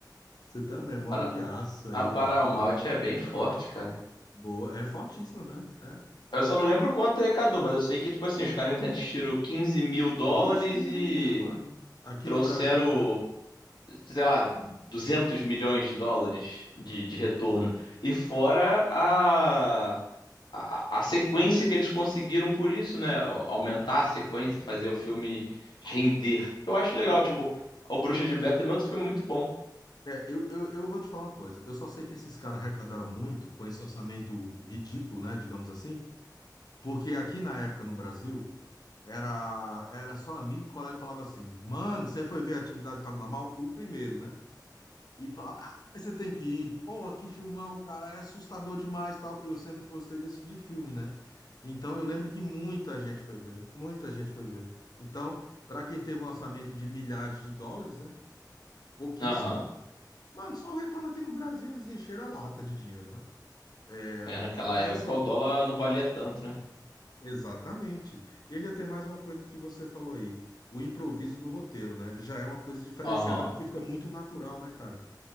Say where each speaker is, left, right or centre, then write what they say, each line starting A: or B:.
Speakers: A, on the left; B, on the left.
A: Você tem uma memória
B: para,
A: de aço aí,
B: A Paramount
A: mano. Valeu.
B: é bem forte,
A: É.
B: cara.
A: Boa. É fortíssima mesmo. É,
B: Eu
A: é.
B: só não lembro quanto arrecadou, mas eu sei que, tipo assim, os caras investiram 15 mil dólares
A: Vixe, 15
B: e
A: mil, mano. Aqui
B: trouxeram,
A: no Brasil mesmo.
B: sei lá, 200 milhões de dólares de, de retorno. E fora a, a, a sequência que eles conseguiram por isso, né? Aumentar a sequência, fazer o filme render. Eu acho legal,
A: Cara,
B: tipo, O Bruxa de Blair também é outro filme muito bom.
A: É, eu, eu, eu vou te falar uma coisa. Eu só sei que esses caras arrecadaram muito com esse orçamento ridículo, né? Digamos assim. Porque aqui na época no Brasil, era, era só amigo e colega que falava assim: Mano, você foi ver a Atividade Paranormal? O primeiro, né? E falava: Ah, mas você tem que ir. Porra, que filmão, cara. É assustador demais e tal. E eu sempre gostei desse tipo de filme, né? Então eu lembro que muita gente foi ver. Muita gente foi ver. Então, para quem teve um orçamento de milhares de dólares, né? Pouquíssimo.
B: Aham.
A: Mano, só o retorno aqui no Brasil eles encheram a lata de dinheiro, né? É,
B: É, naquela
A: mas
B: época
A: assim,
B: o dólar não valia tanto, né?
A: exatamente. E ainda tem mais uma coisa que você falou aí, o improviso do roteiro, né? Já é uma coisa diferenciada
B: Aham.
A: porque fica muito natural, né, cara?